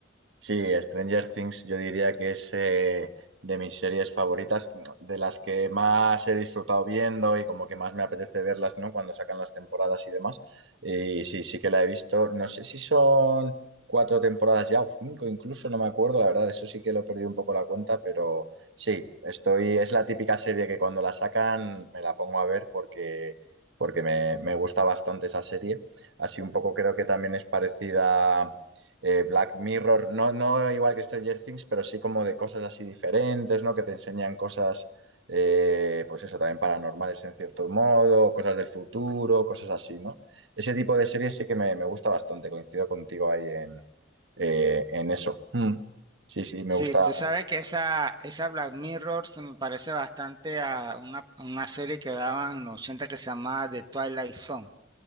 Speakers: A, on the right; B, on the right.
A: Sí, Stranger Things yo diría que es eh, de mis series favoritas, de las que más he disfrutado viendo y como que más me apetece verlas, ¿no? Cuando sacan las temporadas y demás. Y sí, sí que la he visto. No sé si son cuatro temporadas ya o cinco incluso, no me acuerdo, la verdad, eso sí que lo he perdido un poco la cuenta, pero sí, estoy, es la típica serie que cuando la sacan me la pongo a ver porque, porque me, me gusta bastante esa serie. Así un poco creo que también es parecida eh, Black Mirror, no, no igual que Stranger Things, pero sí como de cosas así diferentes, ¿no? Que te enseñan cosas, eh, pues eso, también paranormales en cierto modo, cosas del futuro, cosas así, ¿no? Ese tipo de series sí que me, me gusta bastante, coincido contigo ahí en, eh, en eso. Mm. Sí, sí, me
B: Sí,
A: gusta.
B: tú sabes
A: me gusta.
B: que esa, esa Black Mirror se me parece bastante a una, a una serie que daban en los 80 que se llamaba The Twilight Zone.